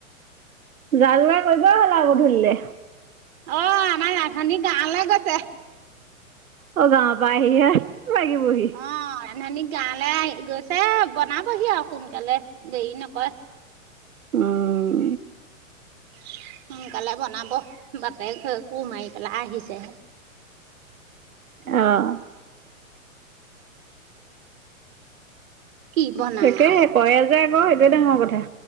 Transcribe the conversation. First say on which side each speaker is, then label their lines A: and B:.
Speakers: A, on the right; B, on the right.
A: যা যোগাৰ কৰিবই হ'ল আৰু গধূলিলে।
B: অ আমাৰ ৰান্ধনী গাঁৱলে গৈছে।
A: অঁ গাঁৱৰ পৰা আহি হে লাগিবহি?
B: অঁ ৰান্ধনী গাঁৱলৈ গৈছে বনাবহি আৰু সোনকালে দেৰি নকৰে।
A: উম।
B: সোনকালে বনাব বাপেক কোৰ মাৰি পেলাই আহিছে হে।
A: অঁ।
B: কি বনাই
A: তাকেহে
B: আৰু।
A: কৰে যে আক সেইটোৱে ডাঙৰ কথা।